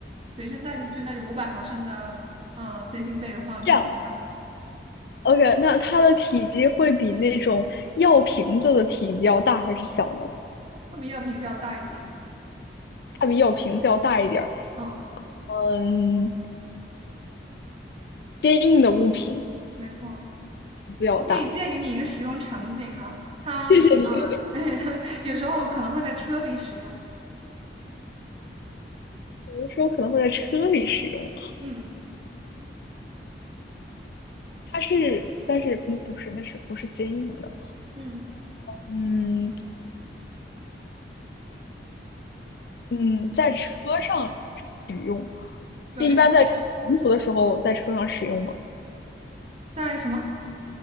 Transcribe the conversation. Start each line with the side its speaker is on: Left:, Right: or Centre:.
Right: 随身带出去那种五百毫升的，嗯，随行杯的话，没有那么大，
Left: 这样，OK，那它的体积会比那种药瓶子的体积要大还是小呢？
Right: 会比药瓶子要大一点。
Left: 它比药瓶子要大一点儿。
Right: 嗯，
Left: 嗯，坚硬的物品
Right: 没错。
Left: 比较大。
Right: 我可以再给你一个使用场景哈，它啊，
Left: 谢谢你。
Right: <laughs> 有时候可能会在车里使用。
Left: <laughs> 有的时候可能会在车里使用。
Right: 嗯
Left: 它是，但是嗯不是，那是不是坚硬的？
Right: 嗯，
Left: 嗯嗯，在车上使用是一般在长途的时候在车上使用吗？
Right: 对，在什么？